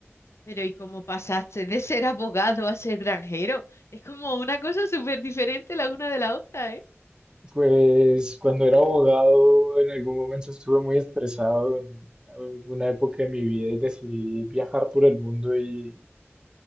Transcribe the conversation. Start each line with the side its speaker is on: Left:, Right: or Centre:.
Left: Pero ¿y cómo pasaste de ser abogado a ser granjero? Es como una cosa súper diferente la una de la otra, ¿eh?
Right: Pues cuando era abogado en algún momento estuve muy estresado en alguna época de mi vida y decidí viajar por el mundo y